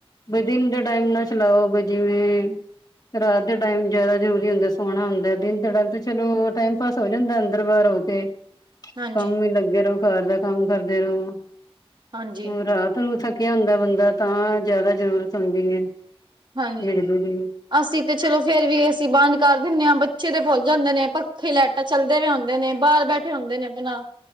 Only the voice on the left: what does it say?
ਬ ਦਿਨ ਦੇ ਟਾਈਮ ਨਾ ਚਲਾਓ, ਬ ਜਿਵੇਂ ਰਾਤ ਦੇ ਟਾਈਮ ਜਿਆਦਾ ਜ਼ਰੂਰੀ ਹੁੰਦਾ ਸੋਣਾ ਹੁੰਦਾ, ਦਿਨ ਦੇ ਟਾਈਮ ਤੇ ਚਲੋ ਟਾਈਮ ਪਾਸ ਹੋ ਜਾਂਦਾ ਅੰਦਰ- ਬਾਰ ਹੋ ਤੇ
ਕੰਮ ਵੀ ਲੱਗੇ ਰ‌ਓ, ਘਰ ਦਾ ਕੰਮ ਕਰਦੇ ਰ‌ਓ,
ਹ ਰਾਤ ਨੂੰ ਥ ਕਿਆ ਹੁੰਦਾ ਬੰਦਾ ਤਾਂ ਜਆਦਾ ਜ਼ਰੂਰਤ ਹੁੰਦੀ ਹੈ
ਬਿਜਲੀ ਦੀ